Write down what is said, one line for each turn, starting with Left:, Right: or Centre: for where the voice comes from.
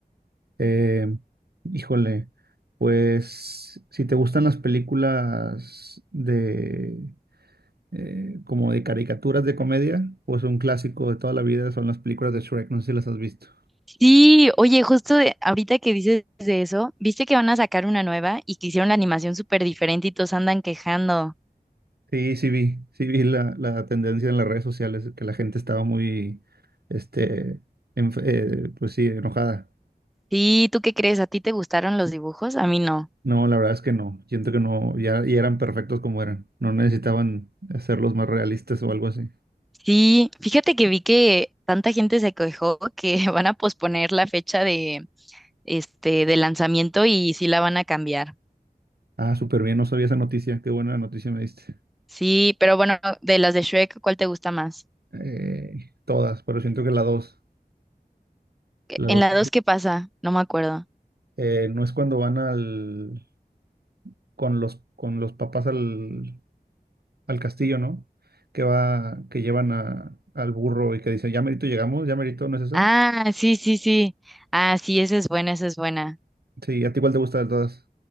Right: Eh, híjole, pues si te gustan las películas de eh, como de caricaturas de comedia, pues un clásico de toda la vida son las películas de Shrek, no sé si las has visto.
Centre: Sí, oye, justo de- ahorita que dices de eso, viste que van a sacar una nueva y que hicieron la animación súper diferente y todos andan quejando.
Right: Sí, sí vi, sí vi la, la tendencia en las redes sociales, que la gente estaba muy, este, enf- eh, pues sí, enojada.
Centre: Sí, ¿tú qué crees? ¿A ti te gustaron los dibujos? A mí no.
Right: No, la verdad es que no, siento que no, ya, ya eran perfectos como eran, no necesitaban hacerlos más realistas o algo así.
Centre: Sí, fíjate que vi que tanta gente se quejó que <laughs> van a posponer la fecha de este de lanzamiento y sí la van a cambiar.
Right: Ah, súper bien, no sabía esa noticia, qué buena noticia me diste.
Centre: Sí, pero bueno, de las de Shrek, ¿cuál te gusta más?
Right: Eh, todas, pero siento que la dos, la
Centre: En
Right: dos,
Centre: la dos, ¿qué pasa? No me acuerdo.
Right: eh, no es cuando van al, con los, con los papás al, al castillo, ¿no? Que va, que llevan a, al burro y que dicen, ya merito llegamos, ya merito, ¿no es esa?
Centre: Ah, sí, sí, sí. Ah, sí, esa es buena, esa es buena.
Right: Sí, a ti igual te gusta de todas.